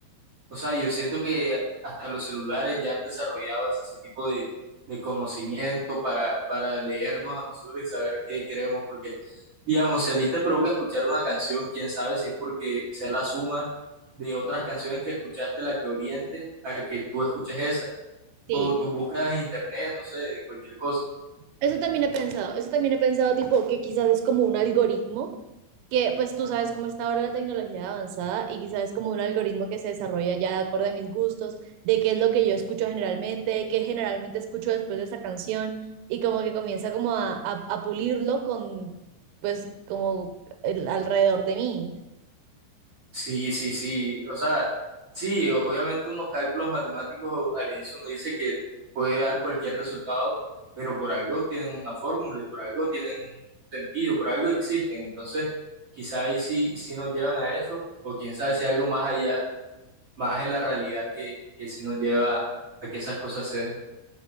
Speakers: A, on the right (about 40°); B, on the right (about 85°).
A: O sea, yo siento que hasta los celulares ya han desarrollado ese tipo de, de conocimiento para, para leernos a nosotros y saber qué queremos, porque, digamos, si a ti te provoca escuchar una canción, quién sabe si es porque sea la suma de otras canciones que escuchaste la que oriente a que tú escuches esa,
B: Sí,
A: o tus búsquedas en internet, no sé, cualquier cosa.
B: Eso también he pensado, eso también he pensado, tipo, que quizás es como un algoritmo, que pues tú sabes cómo está ahora la tecnología avanzada y quizás es como un algoritmo que se desarrolla ya de acuerdo a mis gustos, de qué es lo que yo escucho generalmente, de qué generalmente escucho después de esa canción y como que comienza como a, a, a pulirlo con, pues, como el- alrededor de mí.
A: Sí, sí, sí. O sea, sí, obviamente unos cálculos matemáticos al inicio uno dice que puede dar cualquier resultado, pero por algo tienen una fórmula y por algo tienen un sentido, por algo existen. Entonces, quizá ahí sí, sí nos llevan a eso, o quién sabe si algo más allá, más en la realidad que, que sí nos lleva a que esas cosas se den.